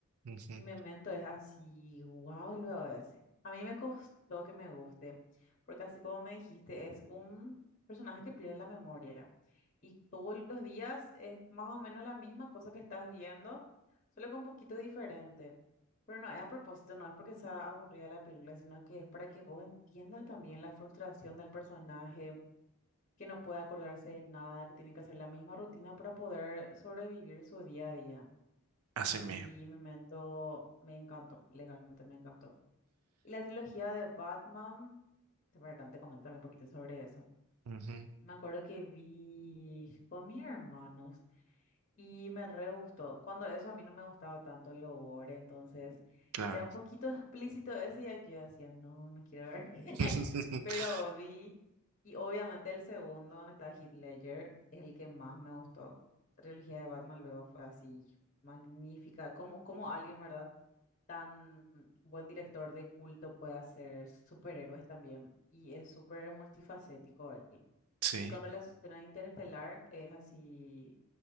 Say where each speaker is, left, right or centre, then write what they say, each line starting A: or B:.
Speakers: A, on the right; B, on the left.
A: ujú,
B: Y Memento es así, wow, luego ese. A mí me costó que me guste, porque así como me dijiste, es un personaje que pierde la memoria. Y todos los días es más o menos la misma cosa que estás viendo, solo que un poquito diferente. Pero no, es a propósito, no es porque sea aburrida la película, sino que es para que vos entiendas también la frustración del personaje, que no puede acordarse de nada, que tiene que hacer la misma rutina para poder sobrevivir su día a día
A: Así
B: y
A: mismo.
B: Memento me encantó, legalmente me encantó. Y la trilogía de Batman, de verdad, te comento un poquito sobre eso.
A: Ujú,
B: Me acuerdo que vi con mis hermanos y me re gustó. Cuando eso a mí no me gustaba tanto el gore, entonces
A: Claro.
B: era un poquito explícito ese y yo decía, no, no quiero ver. <laughs>
A: <laughs>
B: Pero vi, y obviamente el segundo, donde está Heath Ledger, es el que más me gustó. La trilogía de Batman luego fue así, magnífica. Como, como alguien, ¿verdad? tan buen director de culto puede hacer superhéroes también. Y es súper multifacético él.
A: Sí.
B: Y con relación a Interestelar, es así